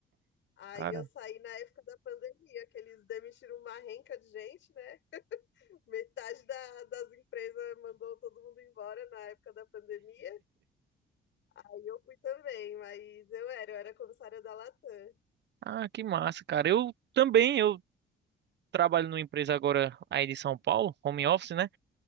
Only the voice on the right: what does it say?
Cara,
ah, que massa, cara. Eu também, eu trabalho numa empresa agora aí de São Paulo, home office, né?